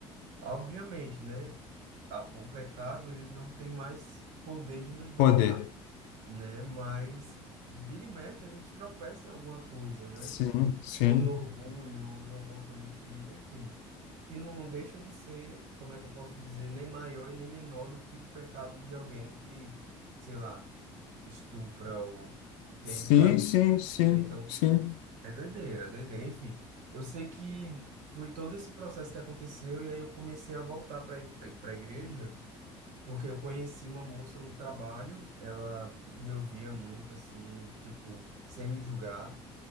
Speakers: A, on the right; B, on the left.
A: Obviamente, né? a- O pecado, ele não tem mais poder de nos dominar,
B: Poder.
A: né? Mas vira e mexe, a gente tropeça em alguma coisa, né?
B: Sim, sim.
A: Ou no orgulho, em alguma coisa que, enfim, que não deixa de ser, como é que eu posso dizer, nem maior e nem menor do que o pecado de alguém que, sei lá, estupra ou entende
B: Sim,
A: para Deus,
B: sim, sim,
A: né? Então,
B: sim.
A: é doideira, é doideira. Enfim, eu sei que foi todo esse processo que aconteceu e aí eu comecei a voltar para para a igreja, porque eu conheci uma moça no trabalho, ela me ouvia muito assim, tipo, sem me julgar,